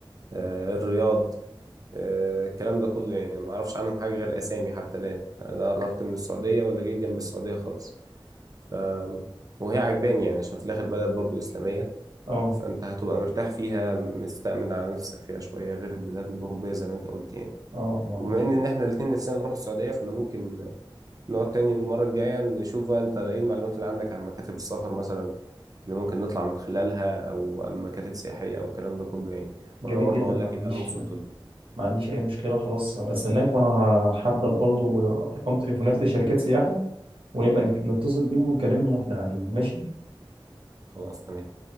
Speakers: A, on the right; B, on the right.
A: آه الرياض آه الكلام ده كله يعني ما أعرفش عنهم حاجة غير أسامي حتى الآن لا قربت من السعودية ولا جيت جنب السعودية خالص ف... وهي عجباني يعني عشان في الآخر بلد برضه إسلامية
B: اه
A: فأنت هتبقى مرتاح فيها مستأمن على نفسك فيها شوية غير البلاد الأوروبية زي ما أنت قلت يعني
B: اه اه
A: وبما
B: اكيد
A: إن إن إحنا الاتنين نفسنا نروح السعودية فأنا ممكن نقعد تاني المرة الجاية نشوف بقى أنت إيه المعلومات اللي عندك عن مكاتب السفر مثلا اللي ممكن نطلع من خلالها أو مكاتب سياحية أو الكلام ده كله يعني
B: جميل
A: وأنا برضه
B: جدا
A: أقول
B: ما
A: لك
B: عنديش
A: إيه اللي أنا وصلت له
B: ما عنديش اي مشكله خلاص هبقى استناك وانا هحضر برضو رق- ارقام تليفونات لشركات سياحه ونبقى نك- نتصل بيهم ونكلمهم واحنا قاعدين ماشي
A: خلاص تمام